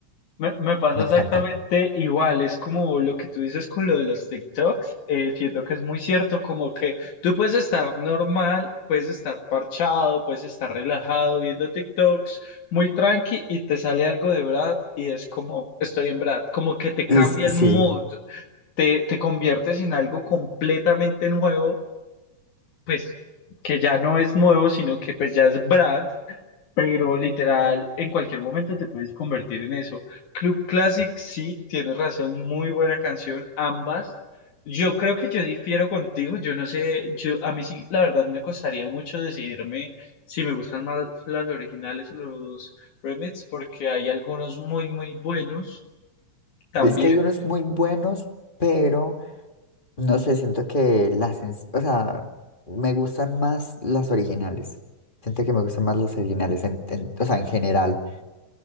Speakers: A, on the left (about 75°); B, on the left (about 20°).
A: Me, me pasa
B: me
A: exactamente
B: encanta.
A: igual, es como lo que tú dices con lo de los TikToks, eh, siento que es muy cierto, como que tú puedes estar normal, puedes estar parchado, puedes estar relajado viendo TikToks, muy tranqui y te sale algo de Brad y es como, estoy en Brad, como que te
B: Es-
A: cambia el mood,
B: sí,
A: te, te conviertes en algo completamente nuevo pues que ya no es nuevo, sino que pues ya es Brad, pero literal en cualquier momento te puedes convertir en eso. Club Classic, sí, tienes razón, muy buena canción, ambas. Yo creo que yo difiero contigo, yo no sé, yo a mí sí, la verdad me costaría mucho decidirme si me gustan más las originales o los remix, porque hay algunos muy, muy buenos también.
B: es que hay unos muy buenos, pero no sé, siento que las, en- o sea, me gustan más las originales. Siento que me gustan más las originales, en- en- o sea, en general.